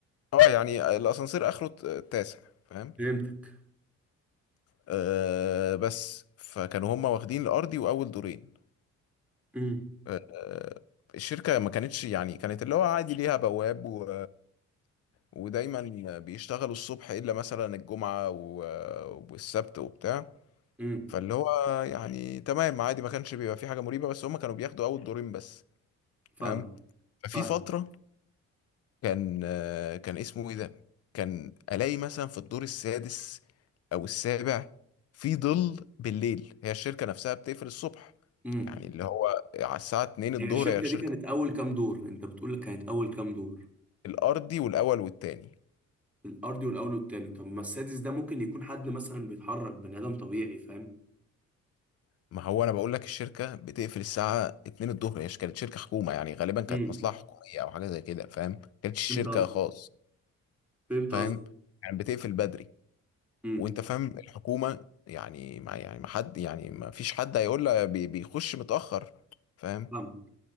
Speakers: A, on the left; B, in the centre.
A: اه يعني الاسانسير اخره الت- التاسع فاهم
B: فهمتك
A: آه بس فكانوا هم واخدين الارضي واول دورين
B: امم
A: آه الشركه ما كانتش يعني كانت اللي هو عادي ليها بواب و... ودايما بيشتغلوا الصبح الا مثلا الجمعه و... والسبت وبتاع
B: امم
A: فاللي هو يعني تمام عادي ما كانش بيبقى في حاجه مريبه بس هم كانوا بياخدوا اول دورين بس
B: فاهم
A: تمام ففي
B: فاهم
A: فترة كان آه، كان اسمه ايه ده كان الاقي مثلا في الدور السادس او السابع في ظل بالليل هي الشركه نفسها بتقفل الصبح
B: امم
A: يعني اللي هو على الساعه 2 الظهر
B: هي الشركه
A: هي الشركه
B: دي كانت اول كام دور انت بتقول لك كانت اول كام دور
A: الارضي والاول والتاني
B: الارضي والاول والتاني طب ما السادس ده ممكن يكون حد مثلا بيتحرك بني ادم طبيعي فاهم
A: ما هو انا بقول لك الشركه بتقفل الساعه 2 الظهر هي كانت شركه حكومه يعني غالبا كانت
B: امم
A: مصلحه حكوميه او حاجه زي كده فاهم ما كانتش شركه
B: فهمت قصدك
A: خاص
B: فهمت
A: فاهم
B: قصدك
A: يعني بتقفل بدري
B: امم
A: وانت فاهم الحكومة يعني ما يعني ما حد يعني ما فيش حد هيقول لها بي- بيخش متأخر فاهم
B: فاهم